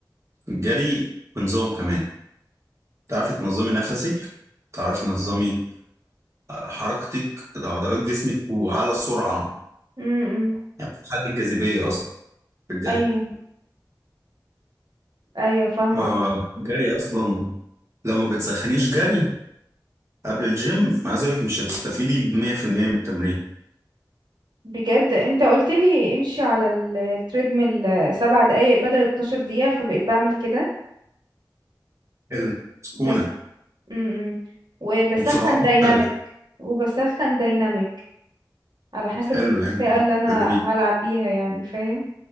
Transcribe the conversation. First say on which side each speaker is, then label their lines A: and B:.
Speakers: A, on the right; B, on the right.
A: الجري بنظام كمان تعرفي تنظمي نفسك تعرفي تنظمي حركتك عضلات
B: <laughs>
A: جسمك وعلى سرعة
B: امم امم.
A: يعني بتحدد الجاذبية أصلا في الجري
B: ايوه ايوه فاهمه
A: آه الجري أصلا لو ما بتسخنيش جري قبل الجيم عايز أقول لك مش هتستفيدي بمية في المية من التمرين
B: بجد انت قلت لي امشي على ال- التريدميل سبع دقايق بدل 12 دقيقة فبقيت بعمل كده
A: حلو سكونة
B: بس امم وبسخن
A: وبسرعات
B: دايناميك
A: مختلفة
B: وبسخن دايناميك على حسب
A: حلو
B: المنطقة
A: يعني
B: اللي انا
A: بالتدريج
B: هلعب بيها يعني فاهم